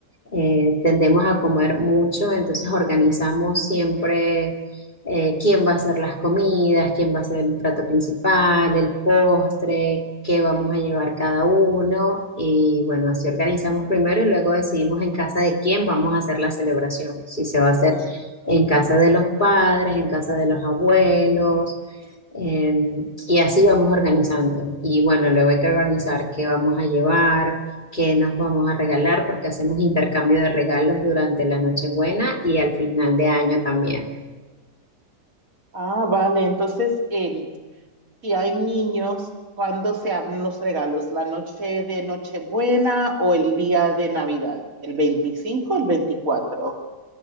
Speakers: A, on the left; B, on the right.
A: eh, tendemos a comer mucho, entonces organizamos siempre eh, quién va a hacer las comidas, quién va a hacer el plato principal, el postre, qué vamos a llevar cada uno. Y bueno, así organizamos primero y luego decidimos en casa de quién vamos a hacer la celebración, si se va a hacer en casa de los padres, en casa de los abuelos, eh, y así vamos organizando. Y bueno, luego hay que organizar qué vamos a llevar, qué nos vamos a regalar, porque hacemos intercambio de regalos durante la Nochebuena y al final de año también.
B: Ah, vale, entonces, eh, si hay niños, ¿cuándo se abren los regalos? ¿La noche de Nochebuena o el día de Navidad? ¿El 25 o el 24?